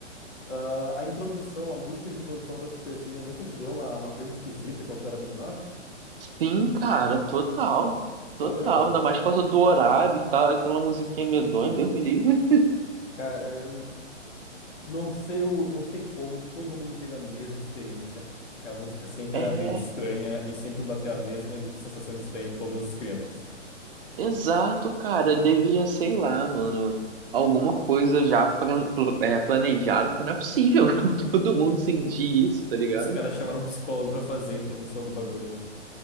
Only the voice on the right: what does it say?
Sim, cara, total. Total,
ainda mais por causa do horário e tal, aquela musiquinha medonha, Deus me livre.
É,
Exato, cara. Devia, sei lá, mano, alguma coisa já plan- pl- é, planejada, porque não é possível <laughs> todo mundo sentir isso, tá ligado?